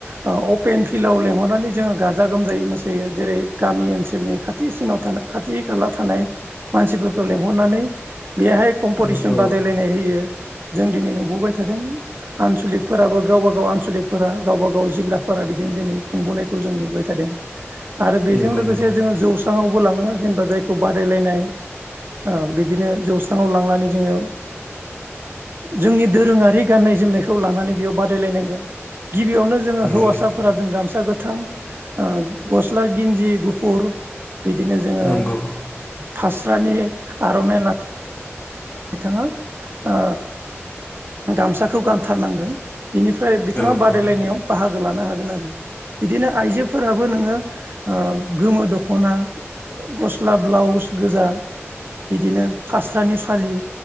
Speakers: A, on the right (about 50°); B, on the left (about 25°).
A: औ अपेन फिल्डआव लिंहरनानै जोङो गाजा गोमजायै मोसायो जेरै गामि ओनसोलनि खाथिसिनाव थानाय खाथि खाला थानाय मानसिफोरखौ लिंहरनानै बेहाय कम्पिटिसन
B: औ औ
A: बादायलायनाय होयो। जों दिनै नुबोबाय थादों। आनसलिकफोराबो गावबा गाव आनसलिकफोरा गावबा गाव जिल्लाफोरा बिदिनो दिनै खुंबोनायखौ जों नुबाय थादों। आरो बेजों
B: नंगौ
A: लोगोसे
B: नंगौ
A: जोङो जौ स्राङावबो लाङो जेनेबा जायखौ बादायलायनाय ओ बिदिनो जौस्राङाव लांनानै जोङो जोंनि दोरोङारि गाननाय जोमनायखौ लानानै बेयाव बादायलायनांगोन गिबियावनो जोङो
B: नंगौ
A: हौवासाफोरा जों गामसा गो थां ओ गस्ला गिनजि गुफुर बि बिदिनो जोङो
B: नंगौ
A: फास्रानि आर'नाइ ला बिथाङा ओ गामसाखौ गानथारनांगोन बिनिफ्राय बिथाङा
B: औ
A: बादायलायनायाव
B: औ
A: बाहागो लानो हागोन गोन आरो बिदिनो आइजोफोराबो नोङो ओ गोमो दख'ना गस्ला ब्लाउस गोजा बिदिनो फास्रानि फालि